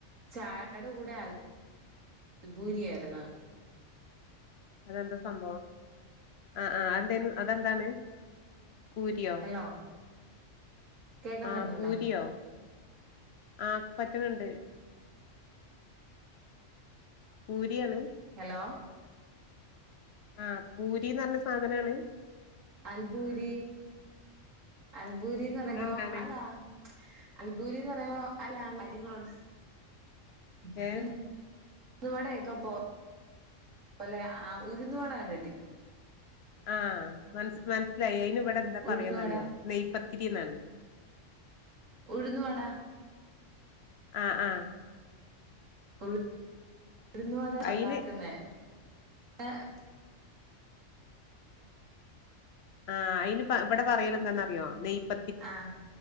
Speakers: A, on the right; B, on the left.
A: ചായേടെ കൂടെ അൽബൂരിയാരുന്നു
B: അതെന്താ സംഭവം ആ ആ അതെന്തായിന് അതെന്താണ് പൂരിയോ
A: ഹലോ കേക്കാൻ
B: ആ
A: പറ്റുന്നുണ്ടോ
B: പൂരിയോ ആ പറ്റണണ്ട് പൂരിയാണ്
A: ഹലോ
B: ആഹ് പൂരിന്ന് പറഞ്ഞ സാധനാണ്
A: അൽബൂരി അൽബൂരിന്ന് പറയുമ്പൊ
B: അതെന്താണ്
A: അല്ലാ അൽബൂരീന്ന് പറയുമ്പോ അല്ല <unintelligible> ഉഴുന്നുവടയൊക്കെ
B: ഏ
A: പോ ലെ ആ ഉഴുന്നുവട കണ്ടിട്ടി
B: ആഹ് മന മനസ്സിലായി അയിന് ഇവിടെ എന്താ
A: ഉഴുന്നുവട
B: പറയാന്നറിയോ നെയ്പത്തിരി എന്നാണ്
A: ഉഴുന്നു വട
B: ആഹ് ആഹ്
A: ഉ ഉഴുന്നട
B: അയിന്
A: ഉണ്ടാക്കുന്നേ ഏ <unintelligible>
B: ആഹ് അയിന് ഇവിടെ പറയൽ എന്താന്നറിയോ നെയപ്പ
A: ആഹ്